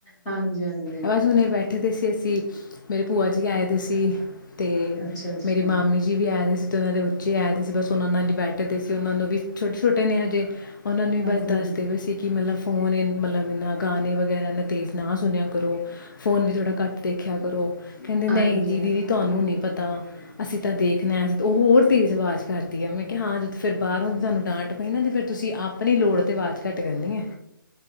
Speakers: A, in the centre; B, on the left.
A: ਹਾਂਜੀ-ਹਾਂਜੀ!
B: ਬਾਸ ਹੁਣੇ ਬੈਠੇ ਦੇ ਸੀ। ਸੀ ਮੇਰੇ ਭੂਆ ਜੀ ਆਏ ਦੇ ਸੀ। ਤੇ
A: ਅੱਛਾ, ਅੱਛਾ,
B: ਮਰੇ ਮਾਮੀ ਜੀ ਵੀ ਆਏ ਦੇ ਸੀ। ਤੇ ਉਹਨਾਂ ਦੇ ਬੱਚੇ ਆਏਦੇ ਸੀ ਬਸ ਉਹਨਾ ਨਾਲ ਈ ਬੈਠੇ ਦੇ ਸੀ, ਉਹਨਾਂ ਨੂੰ ਵੀ - ਛੋਟੇ ਛੋਟੇ ਨੇ ਹਜੇ। ਉਹਨਾਂ ਨੂੰ ਵੀ
A: ਹਾਂਜੀ।
B: ਬਸ ਦੱਸਦੇ ਪਏ ਸੀਂ ਕਿ ਮਤਲਬ ਫੋਨ ਇ ਮਤਲਬ ਇਹਨਾਂ ਗਾਣੇ ਵਗੈਰਾ ਏਨਾ ਤੇਜ਼ ਨਾ ਸੁਣਿਆ ਕਰੋ। ਫੋਨ ਵੀ ਥੌੜਾ ਘੱਟ ਦੇਖਿਆ ਕਰੋ। ਕਹਿੰਦੇ ਨਹੀਂ
A: ਹਾਂਜੀ,
B: ਦੀਦੀ ਜੀ ਤੁਹਾਨੂੰ ਨੀ ਪਤਾ! ਅਸੀਂ ਤਾਂ ਦੇਖਣਾ ਅਸੀਂ ਉਹ ਹੋਰ ਤੇਜ਼ ਆਵਾਜ਼ ਕਰਦੀ ਆ ਮੈਂ ਕਿਹਾ ਹਾਂ ਜਦੋਂ ਫਿਰ ਬਾਹਰੋਂ ਤੁਹਾਨੂੰ ਡਾਂਟ ਪਈ ਨਾ ਤੇ ਫਿਰ ਤੁਸੀਂ ਆਪਣੀ ਲੋੜ ਤੇ ਆਵਾਜ਼ ਘੱਟ ਕਰਨੀ ਹੈ।